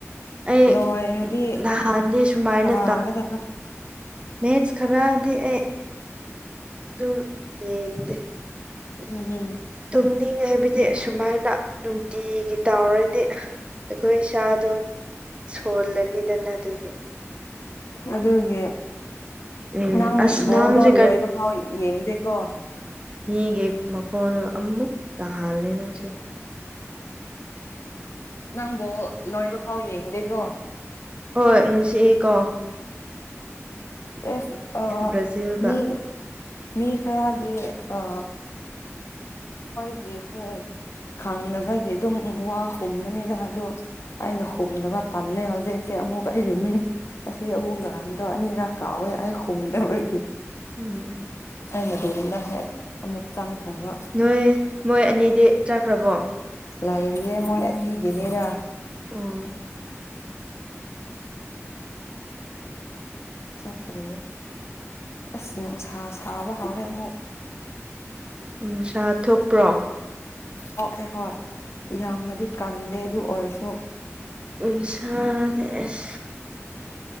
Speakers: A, on the right; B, on the left.
A: ꯑꯩ
B: ꯂꯣꯏꯔꯗꯤ
A: ꯅꯍꯥꯟꯗꯤ ꯁꯨꯃꯥꯏꯅ
B: ꯐꯒꯗꯕ
A: ꯃꯦꯠꯁ ꯈ꯭ꯔꯥꯗꯤ ꯑꯩ ꯇꯨꯝ ꯌꯦꯡꯗꯦ
B: 'Inaudible'
A: ꯇꯨꯝꯅꯤꯡꯉꯦ ꯗꯤ ꯁꯨꯃꯥꯢꯅ ꯅꯨꯡꯇꯤꯒꯤ ꯇꯥꯎꯔꯗꯤ ꯑꯩꯈꯣꯢ ꯁꯥꯗꯣ ꯁꯣꯜ ꯂꯥꯅꯤꯗꯅ ꯑꯗꯨꯒꯤ
B: ꯑꯗꯨꯒꯦ
A: ꯎꯝ
B: ꯅꯪ
A: ꯑꯁ
B: ꯕꯣꯜꯗꯣ
A: ꯅꯪꯁꯦ
B: ꯂꯣꯏꯕꯥ ꯐꯥꯎ ꯌꯦꯡꯗꯦꯀꯣ
A: ꯌꯤꯒꯤ ꯃꯈꯣꯜ ꯑꯃꯨꯛ ꯇꯍꯥꯜꯂꯦ ꯅꯪꯁꯦ꯫
B: ꯅꯪ ꯕꯣꯜ ꯂꯣꯏꯕꯥ ꯐꯥꯎ ꯌꯦꯡꯗꯦꯀꯣ
A: ꯍꯣꯢ ꯅꯨꯡꯁꯤꯏꯀꯣ
B: ꯑꯁ ꯑ
A: ꯕ꯭ꯔꯥꯖꯤꯜꯒ
B: ꯃꯤ <unintelligible> ꯃꯤ ꯈꯔꯗꯤ ꯑ ꯃꯣꯏꯒꯤꯁꯦ ꯈꯪꯗꯕꯥꯒꯤ ꯑꯗꯨꯝ ꯋꯥ ꯍꯨꯝꯕꯅꯤꯗ ꯑꯗꯣ ꯑꯩꯅ ꯍꯨꯝꯗꯕ ꯇꯥꯜꯂꯦ ꯍꯧꯖꯤꯛꯁꯦ ꯑꯃꯨꯛ ꯑꯩꯒꯤ ꯃꯤꯡ ꯑꯁꯤ ꯑꯕꯨꯡ ꯉꯍꯥꯟꯗꯣ ꯑꯅꯤꯔꯛ ꯀꯥꯎꯋꯦ ꯑꯩ ꯍꯨꯝꯗꯕꯒꯤ꯫
A: ꯎꯝ
B: ꯑꯩꯅꯗꯣꯝꯗ ꯍꯦꯛ ꯑꯃꯨꯛ ꯆꯪꯈ꯭ꯔꯕ
A: ꯅꯣꯏ ꯃꯣꯏ ꯑꯅꯤꯗꯤ ꯆꯠꯈ꯭ꯔꯥꯕꯣ
B: ꯂꯩꯔꯤꯌꯦ ꯃꯣꯏ ꯑꯅꯤꯒꯤꯅꯦꯗ
A: ꯎꯝ
B: ꯆꯠꯇ꯭ꯔꯤꯌꯦ ꯑꯁ ꯅꯨꯡꯁꯥ ꯁꯥꯕ ꯍꯧꯔꯦ ꯑꯃꯨꯛ
A: ꯅꯨꯡꯁꯥ ꯊꯣꯛꯄ꯭ꯔꯣ
B: ꯍꯣꯏ ꯍꯣꯏ ꯌꯥꯝꯅꯗꯤ ꯀꯪꯗꯦ ꯑꯗꯨ ꯑꯣꯏꯔꯥꯁꯨ
A: ꯅꯨꯡꯁꯥꯗꯤ ꯑꯁ